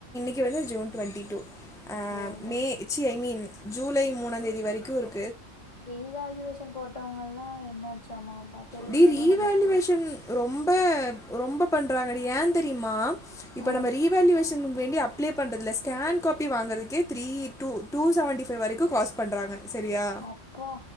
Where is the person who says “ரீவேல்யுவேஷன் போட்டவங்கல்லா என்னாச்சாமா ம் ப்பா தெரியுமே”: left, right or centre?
Left